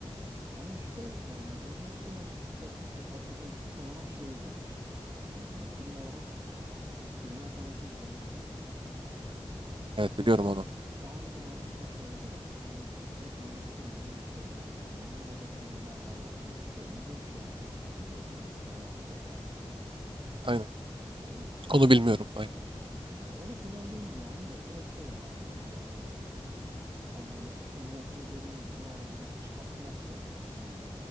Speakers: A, on the right; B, on the right.
A: Ama işte e, ben mesela post apokaliptik olarak şey izlemiştim. Hmm, film olarak Dünya Savaşı Z.
B: Evet
A: Bir
B: biliyorum
A: de
B: onu.
A: galiba işte şeyde ne Kurtuluş Melekleri mi öyle bir şeylerdi. Hani yine o da zombilerle alakalı bir şey. Uzun süren bir diziydi Netflix'te vardı o da.
B: Aynen.
A: Hani
B: Onu bilmiyorum. Aynen.
A: ya o da fena değildi yani de direkt şey ya e, adı nedir? Walking Dead'in nerede ya çakması hani.